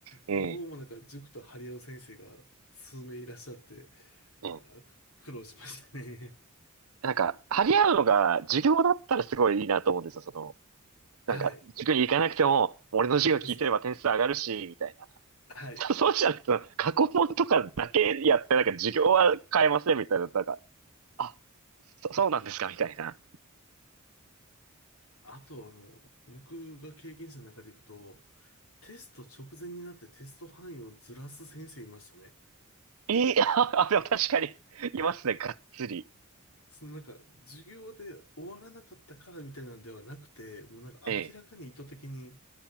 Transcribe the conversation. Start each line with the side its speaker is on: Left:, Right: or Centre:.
Right: ね。
Left: どうもなんか塾と張り合う先生が数名いらっしゃって、
Right: ええ。ええ
Left: いやー、く苦労しましたね。
Right: なんか、張り合うのが授業だったらすごいいいなと思うんですよ、その、
Left: <laughs>
Right: なんか、
Left: はい。
Right: 塾に行かなくても、俺の授業聞いてれば点数上がるし、
Left: そ
Right: みたいな。
Left: はい。
Right: <laughs> そそうじゃなくて、過去問とかだけやって、なんか授業は変えませんみたいな、なんか、あ、そ、そうなんですかみたいな。
Left: あと、あの、僕が経験者の中でいくと、テスト直前になってテスト範囲をずらす先生いましたね。
Right: いい、<laughs> あ、でも確かに、いますね、がっつり。
Left: そのなんか、授業で終わらなかったからみたいなんではなくて、もうなんか明らかに意図的に、
Right: ええ。